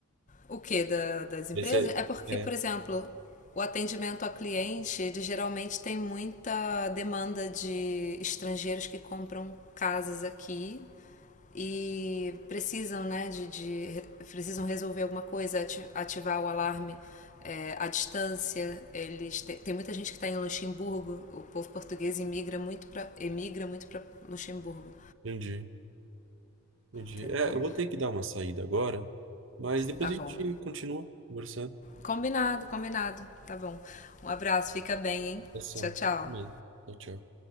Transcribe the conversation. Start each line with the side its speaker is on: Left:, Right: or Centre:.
Left: O que da, das empresas?
Right: Esse
Left: É porque,
Right: é.
Left: por
Right: é,
Left: exemplo, o atendimento a cliente, ele geralmente tem muita demanda de estrangeiros que compram casas aqui e precisam, né, de, de precisam resolver alguma coisa, ativar o alarme é, à distância. Eles te, tem muita gente que está em Luxemburgo. O povo português imigra muito para emigra muito para Luxemburgo,
Right: Entendi. Entendi.
Left: entendeu?
Right: É, eu vou ter que dar uma saída agora, mas depois
Left: Tá
Right: a
Left: bom.
Right: gente continua conversando.
Left: Combinado, combinado. Tá bom. Um abraço, fica bem, hein?
Right: Ação.
Left: Tchau, tchau.
Right: Tchau, tchau.